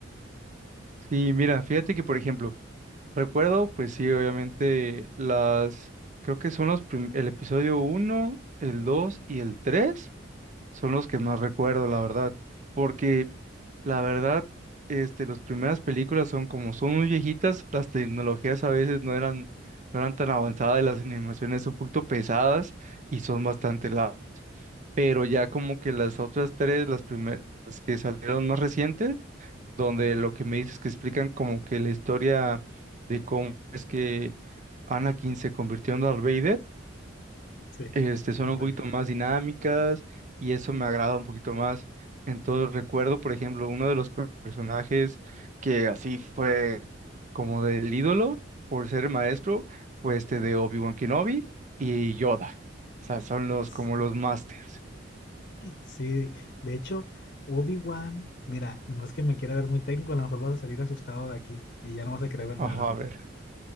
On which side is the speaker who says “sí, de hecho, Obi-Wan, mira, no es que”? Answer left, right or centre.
Left